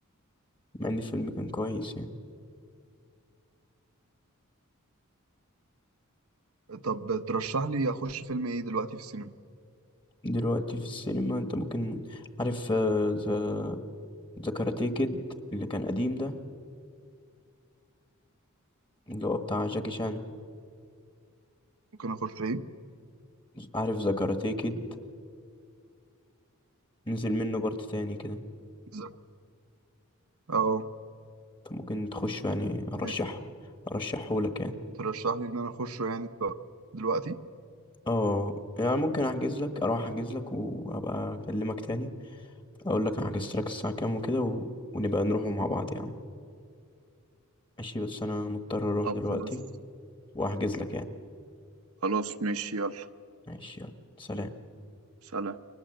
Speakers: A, on the left (about 20°); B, on the right (about 75°).
A: مع إن الفيلم كان كويس يعني
B: طب ترشح لي أخش فيلم إيه دلوقتي في السينما
A: دلوقتي في السينما انت ممكن عارف آه، ذا ذا كاراتيه كيد اللي كان قديم ده اللي هو بتاع جاكي شان
B: ممكن أخش إيه
A: عارف ذا كاراتيه كيد نزل منه بارت تاني كده
B: إزاي؟ أه
A: طب ممكن تخش يعني ارشحه
B: يعني
A: ارشحه لك يعني
B: ترشح لي إن أنا أخشه يعني دلوقتي
A: اه يعني ممكن احجز لك اروح احجز لك وابقى اكلمك تاني اقول لك انا حجزت لك الساعه كام وكده و... ونبقى نروحوا مع بعض يا عم ماشي بس انا مضطر اروح
B: طب
A: دلوقتي
B: خلاص
A: واحجز لك يعني
B: خلاص ماشي يلا
A: ماشي يلا سلام
B: سلام